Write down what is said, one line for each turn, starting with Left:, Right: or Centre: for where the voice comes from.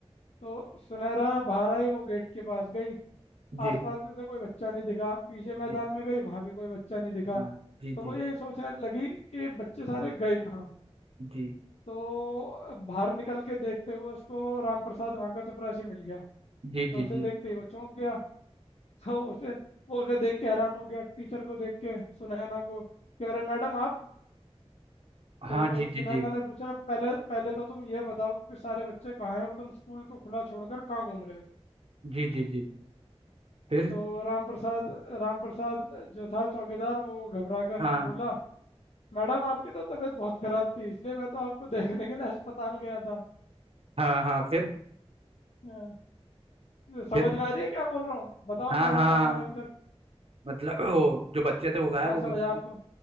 Left: तो सुनहरा बहारा ही वो गेट के पास गई
Right: जी
Left: आसपास भी उसे कोई बच्चा नहीं दिखा पीछे मैदान
Right: जी जी
Left: में गई वहां भी कोई बच्चा नहीं दिखा
Right: हाँ जी
Left: तो
Right: जी
Left: वो यही सोचने लगी कि बच्चे सारे गए कहाँ
Right: जी
Left: तो बाहर निकल के देखते हुए उसको राम प्रसाद वहाँ का चपरासी मिल गया
Right: जी
Left: तो
Right: जी
Left: उसे
Right: जी
Left: देखते ही वो चौंक गया <laughs> तो उसे वो उसे देख के हैरान हो गया टीचर को देख के सुनैना को कह रहे मैडम आप तो
Right: हाँ जी जी
Left: सुनैना
Right: जी
Left: ने पूछा पहले पहले तो तुम ये बताओ कि सारे बच्चे कहाँ हैं और तुम स्कूल को खुला छोड़कर कहाँ घूम रहे हो
Right: जी जी जी फिर
Left: तो राम प्रसाद राम प्रसाद जो था चौकीदार वो घबरा कर
Right: हाँ
Left: बोला मैडम आपकी तो तबीयत बहुत खराब थी इसलिए मैं तो आपको <laughs> देखने के लिए अस्पताल गया था
Right: हाँ हाँ फिर
Left: हाँ, समझ
Right: फिर
Left: में आ रही है क्या बोल रहा हूँ बताओ
Right: हाँ
Left: क्या
Right: हाँ
Left: बताया मैंने अभी तक
Right: मतलब वो जो बच्चे थे वो गायब
Left: क्या
Right: हो
Left: समझा
Right: गए
Left: आपको